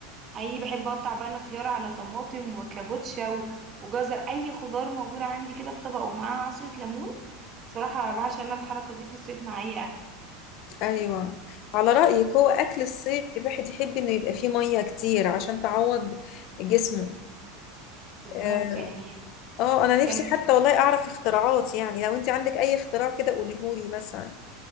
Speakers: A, on the right; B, on the left.
A: أي بحب أقطع بقى خيار على طماطم وكابوتشا و- وجزر أي خضار موجودة عندي كده في طبق ومعاها عصرة ليمون بصراحة بعشق أنا الحركة دي في الصيف مع أي أكل
B: ايوه على رأيك هو اكل الصيف الواحد يحب انه يبقى فيه مية كتير عشان تعوض جسمه
A: بالظبط
B: اه
A: يعني
B: آه، انا نفسي
A: كان
B: حتى والله اعرف اختراعات يعني لو انت عندك اي اختراع كده قوليهولي مثلا